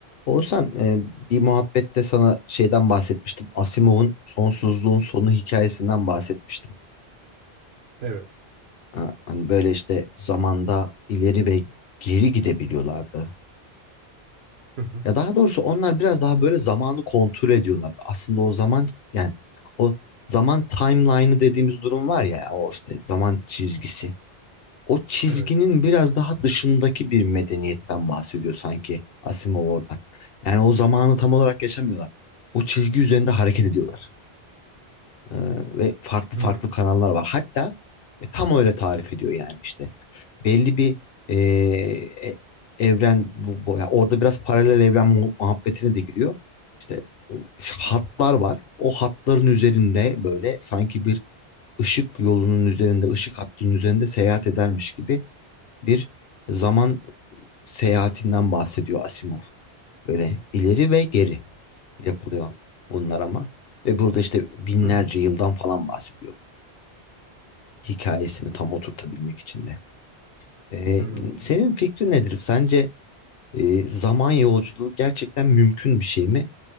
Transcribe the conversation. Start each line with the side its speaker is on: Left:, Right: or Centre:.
Left: Oğuzhan e, bir muhabbette sana şeyden bahsetmiştim. Asimov'un Sonsuzluğun Sonu hikayesinden bahsetmiştim.
Right: Evet.
Left: Ha, hani böyle işte zamanda ileri ve geri gidebiliyorlardı.
Right: Hı hı.
Left: Ya daha doğrusu onlar biraz daha böyle zamanı kontrol ediyorlardı. Aslında o zaman yani o zaman timeline'ı dediğimiz durum var ya o işte zaman çizgisi. o çizginin
Right: Evet.
Left: biraz daha dışındaki bir medeniyetten bahsediyor sanki Asimov orada. Yani o zamanı tam olarak yaşamıyorlar. O çizgi üzerinde hareket ediyorlar. Ee, ve farklı
Right: Hmm.
Left: farklı kanallar var. Hatta e, tam öyle tarif ediyor yani işte. Belli bir e, e, evren bu, bu- ya orada biraz paralel evren mu- muhabbetine de giriyor. İşte e, hatlar var. O hatların üzerinde böyle sanki bir ışık yolunun üzerinde, ışık hattının üzerinde seyahat edermiş gibi bir zaman seyahatinden bahsediyor Asimov. Öyle ileri ve geri yapılıyor bunlar ama. Ve burada işte binlerce
Right: Hı hı.
Left: yıldan falan bahsediyor. Hikayesini tam oturtabilmek için de. Ee,
Right: Hmm.
Left: senin fikrin nedir? Sence e, zaman yolculuğu gerçekten mümkün bir şey mi?